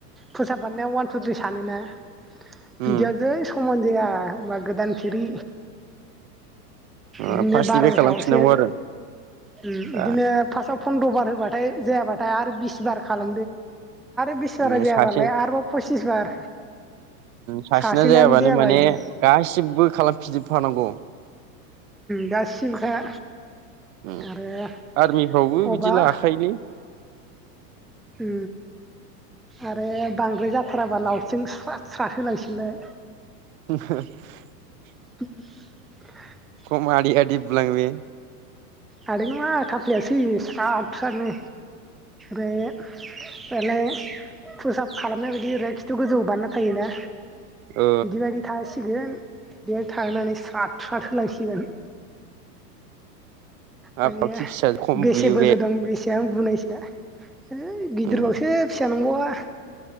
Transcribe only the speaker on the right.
उम
ओ
फार्स्टनिफ्राय
खालामफिननांगौ आरो
आ
उम सासे
सासेना
जायाबानो
माने
गासिबो खालामफिजोबफानांगौ।
उम
आर्मिफ्रावबो बिदि
लाखायोलै
<inaudible>
म आ लाांयो।
ओ
हाब
पाबखि फिसा खम
बुयो
बे
उम